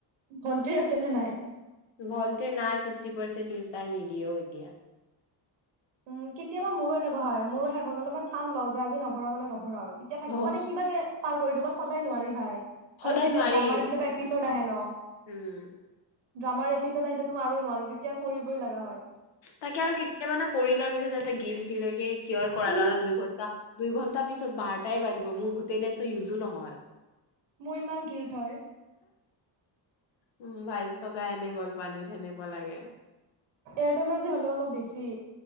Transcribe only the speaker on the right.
ভন্টিৰ আছে নে নাই
উম কেতিয়াবা মোৰো এনেকুৱা হয় মোৰো শেষ হৈ গ'লে মই ঠান ল যেজি নভৰাও মানে নভৰাও তেতিয়া থাক
মানে কিবাকে পাৰ কৰি দবাত সদায় নোৱাৰি ভাই
আৰু যেতিয়া
ড্ৰামাৰ কেতিয়াবা এপিচড আহে ন
ড্ৰামাৰ এপিছড আহিলে আৰু নোৱাৰো তেতিয়া কৰিবই লগা হয়
উ
মোৰ ইমান গিলট হয়
এয়াৰটেলৰ যে হ'লে অলপ বেছি